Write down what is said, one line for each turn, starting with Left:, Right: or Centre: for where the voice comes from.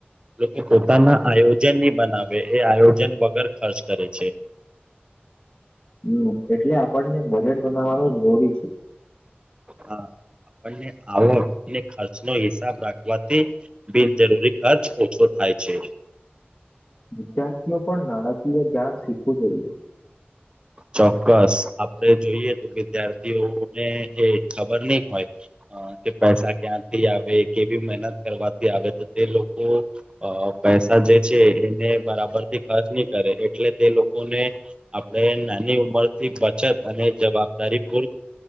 Right: લોકો પોતાના આયોજન ની બનાવે એ આયોજન વગર ખર્ચ કરે છે.
Left: હમ એટલે આપણને બજેટ બનાવવાનું જરૂરી છે.
Right: હા આપણને આવક અને ખર્ચનો હિસાબ રાખવાથી બિનજરૂરી ખર્ચ ઓછો થાય છે.
Left: વિદ્યાર્થીઓ પણ નાણાકીય જ્ઞાન શીખવું જોઈએ
Right: ચોક્કસ આપડે જોઈએ તો વિદ્યાર્થીઓને એ ખબર નહી હોય. અ કે પૈસા ક્યાંથી આવે કેવી મહેનત કરવાથી આવે તો તે લોકો અ પૈસા જે છે એને બરાબરથી ખર્ચ ની કરે એટલે તે લોકોને આપણે નાની ઉંમરથી બચત અને જવાબદારી પૂર્ક